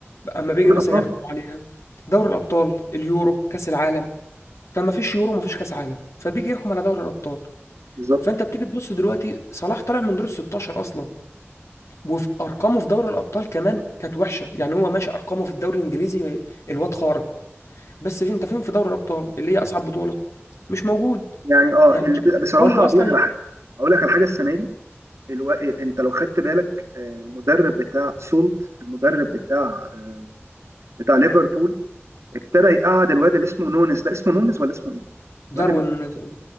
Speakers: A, on the left (about 85°); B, on the right (about 85°).
A: اما بيجي
B: دوري
A: مثلا
B: الابطال
A: يحكموا عليها دوري الابطال اليورو كاس العالم فما فيش يورو ما فيش كاس عالم فبيجي يحكم على دوري الابطال
B: بالظبط
A: فانت بتيجي تبص دلوقتي صلاح طالع من دور ال 16 اصلا وفي ارقامه في دوري الابطال كمان كانت وحشه يعني هو ماشي ارقامه في الدوري الانجليزي الواد خارق بس فين انت فين في دوري الابطال اللي هي اصعب بطوله مش موجود
B: يعني اه
A: يعني
B: ال- بصراحه
A: كله اصلا
B: اقول لك على حاجه اقول لك على حاجه السنه دي الو... انت لو خدت بالك آه، المدرب بتاع سولت المدرب بتاع آه، بتاع ليفربول ابتدى يقعد الواد اللي اسمه نونز ده اسمه نونز ولا اسمه ايه؟ الواد
A: داروين
B: الم...
A: نونيز اه